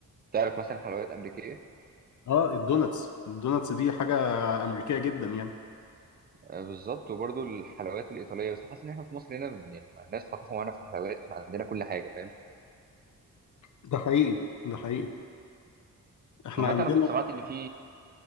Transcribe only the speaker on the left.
اه الدوناتس الدوناتس دي حاجة أمريكية جدا يعني
ده حقيقي ده حقيقي احنا
عندنا